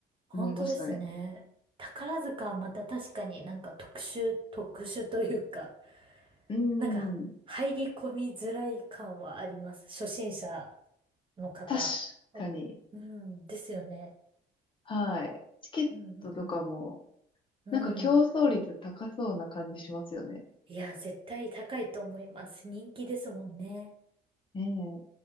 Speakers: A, on the right; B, on the left.
A: 本当ですね。
B: 思いましたね。
A: 宝塚はまた確かになんか特殊、特殊というか、
B: うー
A: なんか、
B: ん。
A: 入り込みづらい感はあります。初心者の方。
B: 確
A: あうん、
B: かに。
A: ですよね。
B: はい。チケットとかも、
A: うん、うん、うん。
B: なんか競争率高そうな感じしますよね。
A: うん。いや、絶対高いと思います。人気ですもんね。
B: ねえ。